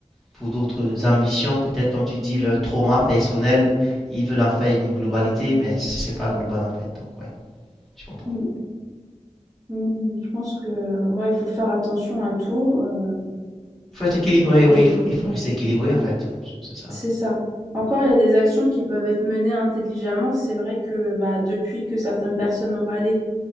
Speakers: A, in the centre; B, on the right.
A: pour d'autres ambitions, peut-être comme tu dis, leur trauma personnel, ils veulent en faire une globalité, mais c'est pas global en fait. Donc, ouais, je comprends.
B: mm, mm. mm. Je pense que ouais, il faut faire attention à tout. euh,
A: Il faut être équilibré, ouais,
B: et
A: il faut, il faut rester équilibré en fait, comme- c'est ça.
B: c'est ça. Encore, il y a des actions qui peuvent être menées intelligemment. C'est vrai que bah, depuis que certaines personnes ont râlé,